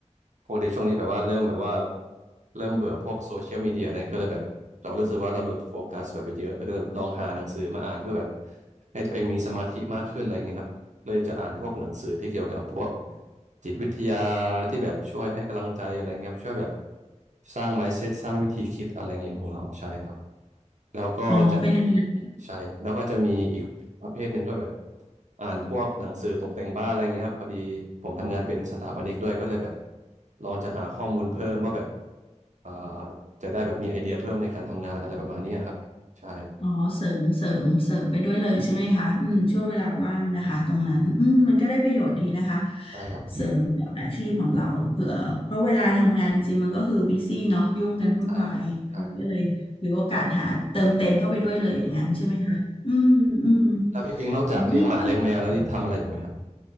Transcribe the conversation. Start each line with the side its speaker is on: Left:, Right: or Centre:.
Right: ปกติช่วงนี้แบบว่าเริ่มแบบว่าเริ่มเบื่อพวกโซเชียลมีเดียเนี่ยก็เลยแบบเรารู้สึกว่าเราหลุดโฟกัสแบบไปเยอะแล้วก็เลยลองหาหนังสือมาอ่านเพื่อแบบให้ตัวเองมีสมาธิมากขึ้นอะไรอย่างเงี้ยครับเลยจะอ่านพวกหนังสือที่เกี่ยวกับพวกจิตวิทยาที่แบบช่วยให้กำลังใจอะไรเงี้ยครับช่วยแบบสร้าง mindset สร้างวิธีคิดอะไรเงี้ยของเราใช่ครับ แล้วก็จะมี
Left: ๆอ๋อเป็นแนวนั้น
Right: ใช่แล้วก็จะมีอีกประเภทหนึ่งก็แบบอ่านพวกหนังสือตกแต่งบ้านอะไรอย่างเงี้ยครับพอดีผมทำงานเป็นสถาปนิกด้วยก็เลยแบบลองจะหาข้อมูลเพิ่มว่าแบบเอ่อจะได้แบบมีไอเดียเพิ่มในการทำงานอะไรประมาณนี้ครับใช่
Left: อ๋อเสริมเสริมเสริมไปด้วยเลยใช่ไหมคะอืมช่วงเวลาว่างนะคะตรงนั้นอืมมันก็ได้ประโยชน์ดีนะคะ
Right: ใช่ครับ
Left: เสริมกับอาชีพของเราเผื่อเพราะเวลาทำงานจริงๆมันก็คือบีซี่เนาะยุ่งกันวุ่นวายอันนี้ก็เลยถือโอกาสหาเติมเต็มเข้าไปด้วยเลยอย่างนั้นใช่ไหมคะอืมอืม
Right: ใช่ใช่ใช่ครับแล้วพี่ปิงนอกจากเลี้ยงหมาเลี้ยงแมวแล้วนี่ทำอะไรอีกไหมครับ
Left: ของพี่ก็